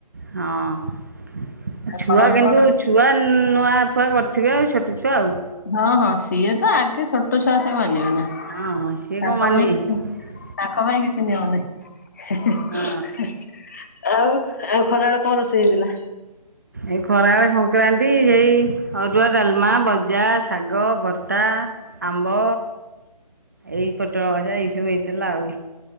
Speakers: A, on the right; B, on the left.
A: ହଁ ଛୁଆ
B: ଖରାବେଳ
A: କିନ୍ତୁ
B: କଣ ରୋଷେଇ
A: ଛୁଆ ନୂଆ ଫୁଆ କରିଥିବେ ଆଉ ଛୋଟ ଛୁଆ ଆଉ,
B: ହଁ ହଁ ସିଏ ତ ଆଗେ ଛୋଟ ଛୁଆ ସେ ମାନିବେ ନା।
A: ହଁ ହଁ ସିଏ
B: ତାଙ୍କ
A: କ ମାନିି
B: ପାଇଁ
A: ବେ କି?
B: ତାଙ୍କ ପାଇଁ କିଛି ନିଅନି। ଆଉ
A: ହଁ।
B: ଆଉ ଖରାବେେଳ କଣ ରୋଷେଇ ହେଇଥିଲା?
A: ଏଇ ଖରାବେଳେ। ସଂକ୍ରାନ୍ତି ସେଇ ଅରୁଆ ଡାଲମା ଭଜା ଶାଗ ଭର୍ତା ଆମ୍ବ, ଏଇ ପୋଟଳ ଭଜା ଏଇସବୁ ହେଇଥିଲା ଆଉ।